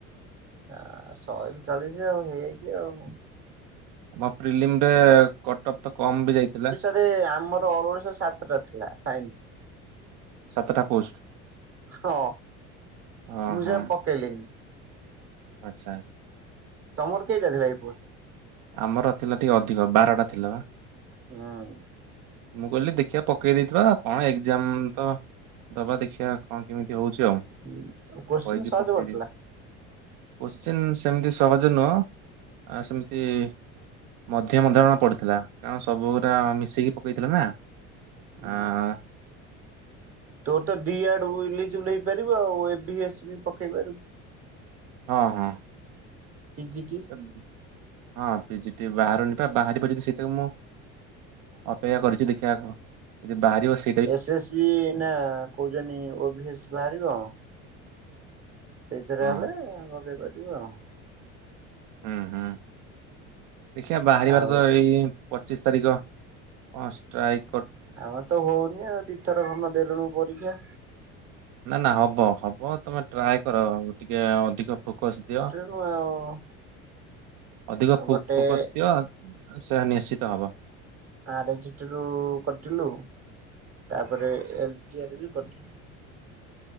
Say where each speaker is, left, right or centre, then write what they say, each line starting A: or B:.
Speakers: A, on the right; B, on the right.
A: ଆ ଶହେ ରୁ ଚାଳିଶି ଆଉ ହେଇଯାଇଛି ଆଉ।
B: ଆମ ପ୍ରିଲିମ ରେ କଟ ଅଫ୍ ତ କମ ବି ଯାଇଥିଲା।
A: ଏବେ ଆମର ଅଲ୍ ଓଡ଼ିଶା ସାତଟା ଥିଲା ସାଇନ୍ସ।
B: ସାତଟା ପୋଷ୍ଟ
A: ହଁ
B: ହଁ
A: ମୁଁ
B: ହଁ
A: ଯାଇଁ ପକେଇଲିନି।
B: ଆଚ୍ଛା ଅଛା।
A: ତମର କେଇଟା ଥିଲାକି ପୁଣି।
B: ଆମର ଥିଲା ଟିକେ ଅଧିକ ବାରଟା ଥିଲା ବା।
A: ହୁଁ।
B: ମୁଁ କହିଲି ଦେଖିବା ପକେଇ ଦେଇଥିବା କଣ ଏକ୍ଜାମ ତ। ଦବା ଦେଖିବା କଣ କେମିତି ହଉଛି ଆଉ
A: ହୁଁ କୋଶ୍ଚିନ୍
B: କହିକି
A: ସହଜ
B: ପକେଇଦେଇଥିଲି।
A: ପଡିଥିଲା।
B: କୋଶ୍ଚିନ୍ ସେମିତି ସହଜ ନୁହଁ ଆ ସେମିତି। ମଧ୍ୟମ ଧରଣର ପଡ଼ିଥିଲା କାରଣ ସବୁ ଗୁୁରା ମିଶିକି ପକେଇଥିଲା ନା।
A: ହୁଁ
B: ଆଁ।
A: ତୋର ତ ଦି ଆଡୁ ଇଲିଜବଲ୍ ହେଇ ପାରିବୁ ଆଉ ଏବି ଏ ଶ୍ ବି ପକେଇ ପାରିବୁ।
B: ହଁ ହଁ।
A: P G T.
B: ସେ ହଁ ପିଜିଟି ବାହାରୁନି ବା ବାହାରିବ ଯିଦି ସେଇଟା ମୁଁ ଅପେକ୍ଷା କରିଛି ଦେଖିଆ ଆଗକୁ ଯଦି ବାହାରି ସେ
A: ଏସ୍ ଏସ୍ ବି ନା କହୁଛନ୍ତି ଓ ବି ଏସ୍ ବାହାରିବ। ସେଇଥିରେ
B: ହଁ
A: ହେଲେ ଲଗେଇ ପାରିବୁ ଆଉ।
B: ହୁଁ ହୁଁ ଦେଖିଆ ବାହାରିବାଟା
A: ଆଉ
B: ତ ଏଇ ପଚିଶ ତାରିଖ କଣ୍ ଷ୍ଟ୍ରାଇକ।
A: ଆମର ତ ହଉନି ଆଉ ଦିଇଥର ଖଣ୍ଡ ଦେଲୁଣିୁ ପରୀକ୍ଷା।
B: ନା ନା ହବ ହବ ତମେ ଟ୍ରାଏ କର ଟିକେ ଅଧିକ ଫୋକସ ଦିଅ।
A: ହଁ ଆଉ।
B: ଅଧିକ ଫୋକ୍
A: ଗୋଟେ
B: ଫୋକସ୍ ଦିଅ ସେ ନିଶ୍ଚିତ ହବ।
A: ଆର ଏଚ ଟି ରୁ କଟିଲୁ ତାପରେ ଏଲଟି ଆର୍ ବି କଟିଲୁ।